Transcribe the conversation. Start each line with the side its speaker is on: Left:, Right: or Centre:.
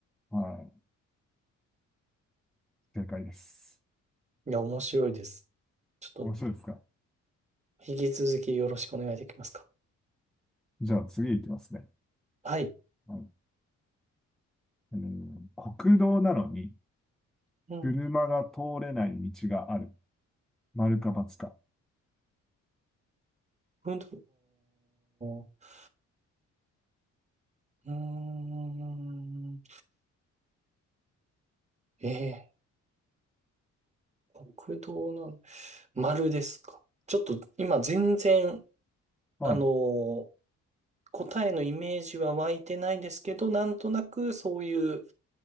Centre: い。はい。正解です。
Right: いや、面白いです。ちょっと、
Centre: 面白いですか
Right: 引き続きよろしくお願いできますか。
Centre: じゃあ次いきますね。
Right: はい。
Centre: はい。えー国道なのに
Right: うん。
Centre: 車が通れない道がある。丸か×か。
Right: ふんうーん。うーんええ、国道の丸ですか。ちょっと、今、全然、
Centre: はい。
Right: あのー、答えのイメージは湧いてないですけど、なんとなくそういう